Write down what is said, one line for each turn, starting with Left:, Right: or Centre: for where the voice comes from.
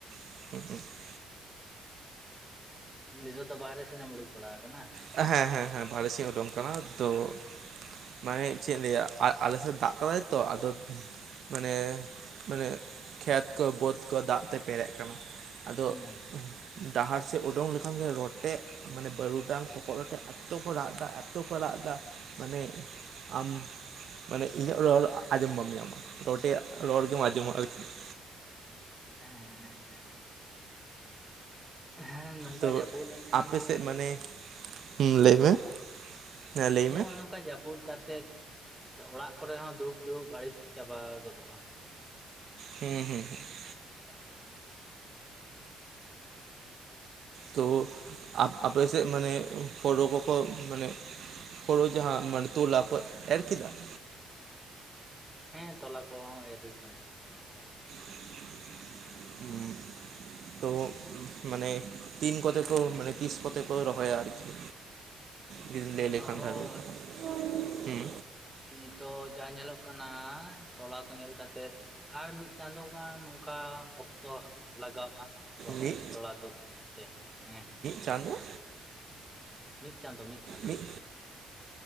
Right: <inaudible>
Centre: ᱱᱤᱡᱚ ᱫᱚ ᱵᱟᱦᱟᱨᱮ ᱥᱮᱱᱮᱢ ᱩᱰᱩᱠ ᱵᱟᱲᱟ ᱟᱠᱟᱱᱟ?
Right: ᱦᱮᱸ ᱦᱮᱸ ᱦᱮᱸ, ᱵᱟᱦᱨᱮᱥᱮᱧ ᱩᱰᱩᱝ ᱟᱠᱟᱱᱟ ᱛᱚ ᱢᱟᱱᱮ ᱪᱮᱫ ᱤᱧ ᱞᱟᱹᱭᱟ, ᱟ ᱟᱞᱮ ᱥᱮᱫ ᱫᱟᱜ ᱠᱮᱫᱟᱭ ᱛᱚ ᱟᱫᱚ ᱢᱟᱱᱮ ᱢᱟᱱᱮ, ᱠᱷᱮᱛ ᱠᱚ ᱵᱟᱹᱫ ᱠᱚ ᱫᱟᱜ ᱛᱮ ᱯᱮᱨᱮᱜ ᱠᱟᱱᱟ ᱾ ᱟᱫᱚ
Centre: ᱦᱩᱸ
Right: ᱰᱟᱦᱟᱨ ᱥᱮᱫ ᱩᱰᱩᱝ ᱞᱮᱠᱷᱟᱱ ᱜᱮ, ᱨᱚᱴᱮ ᱢᱟᱱᱮ ᱵᱟᱹᱨᱩᱜ-ᱰᱟᱝ ᱯᱚᱜ-ᱨᱚᱴᱮ ᱮᱛᱚ ᱠᱚ ᱨᱟᱜ ᱮᱫᱟ ᱮᱛᱚ ᱠᱚ ᱨᱟᱜ ᱮᱫᱟ ᱢᱟᱱᱮ, ᱟᱢ ᱢᱟᱱᱮ ᱤᱧᱟᱹᱜ ᱨᱚᱲ ᱟᱸᱡᱚᱢ ᱵᱟᱢ ᱧᱟᱢᱟ, ᱨᱚᱴᱮᱭᱟᱜ ᱨᱚᱲ ᱜᱮᱢ ᱟᱸᱡᱚᱢᱟ ᱟᱨᱠᱤ ᱾
Centre: ᱦᱮᱸ ᱮᱦᱸ ᱦᱮᱸ ᱾ ᱦᱮᱸ ᱱᱚᱝᱠᱟ
Right: ᱛᱚ
Centre: ᱡᱟᱹᱯᱩᱫ ᱞᱮᱱᱠᱷᱟᱱ
Right: ᱟᱯᱮ
Centre: ᱜᱮ,
Right: ᱥᱮᱫ ᱢᱟᱱᱮ ᱦᱩᱸ
Centre: ᱦᱮᱸ
Right: ᱞᱟᱹᱭ
Centre: ᱾
Right: ᱢᱮ ᱦᱮᱸ ᱞᱟᱹᱭ
Centre: ᱡᱮ
Right: ᱢᱮ
Centre: ᱦᱚᱸᱜ ᱱᱚᱝᱠᱟ ᱡᱟᱹᱯᱩᱫ ᱠᱟᱛᱮᱫ ᱚᱲᱟᱜ ᱠᱚᱨᱮ ᱦᱚᱸ ᱫᱩᱲᱩᱵ ᱫᱩᱲᱩᱵ ᱟᱹᱲᱤᱥ ᱪᱟᱵᱟ ᱜᱚᱫᱚᱜᱼᱟᱢ ᱾
Right: ᱦᱮᱸ ᱦᱮᱸ ᱦᱮᱸ᱾
Centre: ᱨᱟᱹᱯᱩᱫ ᱞᱮᱱᱠᱷᱟᱱ ᱾
Right: ᱛᱚ ᱟᱯ ᱟᱯᱮ ᱥᱮᱫ ᱢᱟᱱᱮ, ᱯᱷᱚᱨᱚ ᱠᱚᱠᱚ ᱢᱟᱱᱮ- ᱯᱷᱚᱨᱚ ᱡᱟᱦᱟᱸ ᱢᱟᱱᱮ ᱛᱚᱞᱟ ᱠᱚᱡ ᱮᱨ ᱠᱮᱫᱟ ᱾
Centre: ᱦᱮᱸ ᱛᱚᱞᱟ ᱠᱚᱦᱚᱸ ᱮᱨ ᱦᱩᱭ ᱟᱠᱟᱱᱟ ᱡᱚᱛᱚ ᱱᱟᱯᱟᱭ ᱜᱮ ᱾
Right: <unintelligible> ᱛᱚ ᱢᱟᱱᱮ ᱛᱤᱱ ᱠᱚᱛᱮ ᱠᱚ ᱢᱟᱱᱮ ᱛᱤᱥ ᱠᱚᱛᱮ ᱠᱚ ᱨᱚᱦᱚᱭᱟ ᱟᱨ ᱠᱤ ᱡᱩᱫᱤᱢ ᱞᱟᱹᱭ
Centre: ᱨᱚᱦᱚᱭ
Right: ᱞᱮᱠᱷᱟᱱᱼᱟ ᱫᱚ ᱵᱷᱟᱜᱮ ᱦᱚᱸ
Centre: ᱱᱤᱛᱚᱜ ᱡᱟᱦᱟᱸ ᱧᱮᱞᱚᱜ ᱠᱟᱱᱟ ᱛᱚᱞᱟ ᱠᱚ ᱧᱮᱞ ᱠᱟᱛᱮᱫ ᱟᱨ ᱢᱤᱫ ᱪᱟᱸᱫᱚ ᱜᱟᱱ ᱱᱚᱝᱠᱟ ᱚᱠᱛᱚ ᱦᱟᱸᱜ ᱞᱟᱜᱟᱜᱼᱟ ᱾ ᱨᱚᱦᱚᱭ
Right: ᱢᱤᱫ
Centre: ᱛᱚᱲᱟ ᱛᱩᱫ ᱛᱮ ᱦᱮᱸ ᱦᱮᱸ ᱾
Right: ᱪᱟᱸᱫᱚ
Centre: ᱢᱤᱫ ᱪᱟᱸᱫᱚ ᱢᱤᱫ ᱪᱟᱸᱫᱳ
Right: ᱢᱤᱫ,